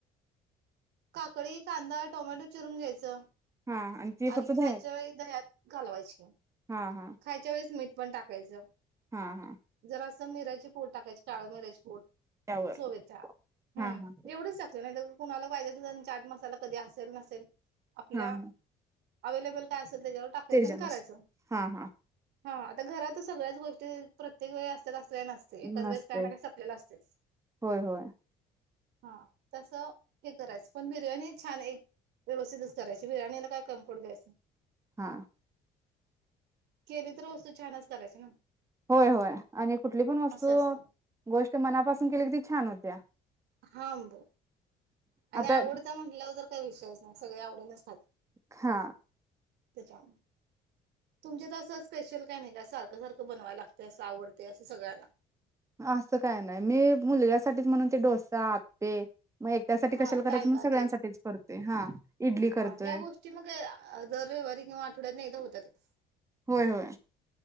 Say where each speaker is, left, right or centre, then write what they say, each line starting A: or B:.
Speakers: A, on the right (about 80°); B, on the right (about 15°).
A: कळी, कांदा, टोमॅटो, चिरून घ्यायचं.
B: हा ते
A: आणि
B: फक्त दह्यात
A: खायच्या वेळी दह्यात कालावायची.
B: हा हा
A: खायच्या वेळेस मीठ पण टाकायचं.
B: हा हा.
A: जरा असं मीराची पूड टाकायची काळ मिऱ्याची पूड
B: त्यावर
A: चव येतिया हं
B: हा हा
A: एवढंच टाकतोय ना दरवेळी कुणाला पाहिजे असेल तेन चाट मसाला कधी असल नसेल. आपल्या
B: हा हा
A: अवेलेबल काय अस तय त्याच्यावर टाकायचं
B: त्याच्यानुसार
A: आणि करायचं.
B: हा हा
A: हा आता घरात सगळ्याच गोष्टी प्रत्य ते व्हय असत्यात असत. असतय नसतय एकाच
B: नसते
A: वेळेस काय ना काई संपल्याल असतयच.
B: होय होय
A: हा तसं हे करायचं पण बिर्याणी छान हाये, व्यवस्थितच करायची बिर्याणीला काय कमी पडू द्यायचं?
B: हा
A: केली तर वस्तू छानच करायची ना,
B: होय होय, आणि कुठली पण वस्तू
A: असं असतं
B: गोष्ट मनापासून केली की ती छान होती. त्या
A: हांब आणि
B: आता
A: आवडता म्हटल्यावर जर काय विषयच नाही सगळे आवडीनेच खात
B: हा.
A: तेच्यामुळ तुमच्यात असं स्पेशल काय नाही का? सारखं सारखं बनवाय लागतय, असं आवडतय असं सगळ्यांना
B: असं काय नाही मी मुलग्यासाठीच म्हणून ते डोसा, आप्पे म एकट्यासाठी कशाला
A: हा तांदळाचे
B: करायचं म्हणून सगळ्यांसाठीच करतो. ते हा. इडली करतोय
A: हा ह्या गोष्टी मग दर रविवारी किंवा आठवड्यातन एकदा होत्यातच.
B: होय होय.